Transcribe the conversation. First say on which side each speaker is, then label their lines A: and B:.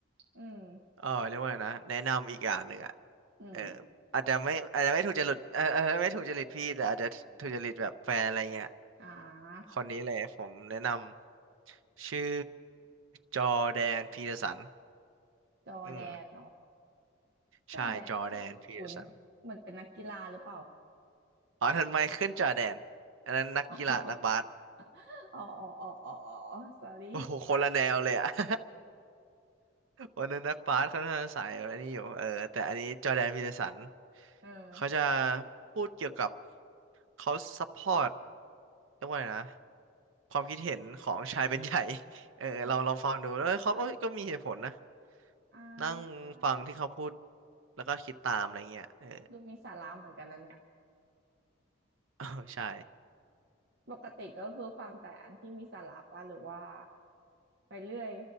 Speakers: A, on the right; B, on the right.
A: อืม
B: เออเรียกว่าไงนะแนะนำอีกอย่างหนึ่งอ่ะ
A: อืม
B: เอออาจจะไม่อาจจะไม่ถูกจริตเออเออไม่ถูกจริตพี่แต่อาจจะถูกจริตแบบแฟนอะไรเงี้ย
A: อืมอ่า
B: คนนี้เลยผมแนะนำชื่อจอร์แดนพีเตอร์สัน
A: จอร์แดนเหรอ
B: อืม
A: จอร์แดนชื่อคุ้นๆเหมือนเป็นนักกีฬาหรือเปล่า
B: ใช่จอร์แดนพีเตอร์สัน อ๋อทันไมเคิลจอร์แดนอันนั้นนักกีฬานักบาส
A: <laughs> อ๋ออ๋ออ๋ออ๋ออ๋อ sorry
B: โอ้โหคนละแนวเลยอ่ะ <laughs> วันนั้นนักบาสเขาน่าจะสายอันนี้อยู่เออแต่อันนี้จอร์แดนพีเทอร์สัน
A: เออ
B: เขาจะพูดเกี่ยวกับเขาซัพพอร์ตเรียกว่าไงนะความคิดเห็นของชายเป็นใหญ่ <laughs> เออเราลองฟังดูแล้วเขาเอ้ยก็มีเหตุผลนะ
A: อ๋ออ่
B: นั่งฟังที่เขาพูด
A: า
B: แล้วก็คิดตามอะไรเงี้ยเออ
A: ดูมีสาระเหมือนกันนะเนี่ย
B: <laughs> อ๋อใช่
A: ปกติก็คือฟังแต่อันที่มีสาระป่ะหรือว่าไปเรื่อย